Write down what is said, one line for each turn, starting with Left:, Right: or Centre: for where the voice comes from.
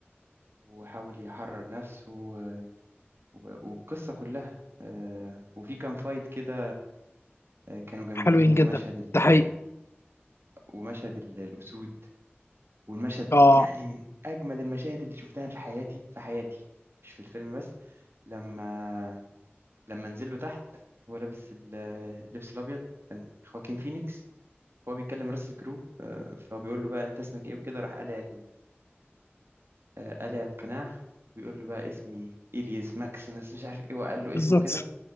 Right: وحاول يحرر نفسه و- و- والقصة كلها آه، وفي كان فايت كده آه، كانوا جامدين
Left: حلوين جدا
Right: ومشهد ال
Left: ده حقيقي
Right: ومشهد ال- الأسود والمشهد
Left: اه
Right: يعني من أجمد المشاهد اللي شفتها في حياتي في حياتي مش في الفيلم بس لما لما نزل له تحت هو لابس ال- اللبس الأبيض كان خواكين فينيكس هو بيكلم راس الكرو فهو بيقول له بقى أنت اسمك إيه وكده راح قالع آه، قلع القناع بيقول له بقى اسمي إليس ماكسيمس مش عارف ايه وقال له
Left: بالظبط
Right: اسمه كده